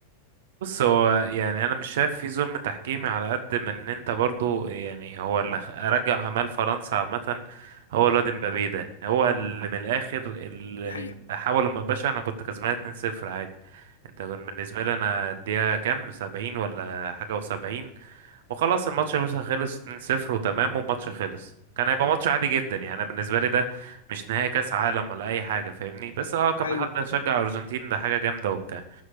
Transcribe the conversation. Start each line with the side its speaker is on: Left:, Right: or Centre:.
Right: بص هو يعني انا مش شايف في ظلم تحكيمي على قد من ان انت برضو يعني هو اللي خ- رجع اعمال فرنسا عامه هو الواد مبابي ده هو اللي من الاخر اللي
Left: دي حقيقة
Right: حاول ما باشا انا كنت كسبان 2-0 عادي انت كان بالنسبه لي انا الدقيقه كام 70 ولا حاجه و70 وخلاص الماتش يا باشا خلص 2-0 وتمام والماتش خلص كان هيبقى ماتش عادي
Left: مم.
Right: جدا يعني انا بالنسبه لي ده مش نهائي كاس عالم ولا اي حاجه فاهمني بس اه كان
Left: ايوه
Right: حد شجع ارجنتين ده حاجه جامده وبتاع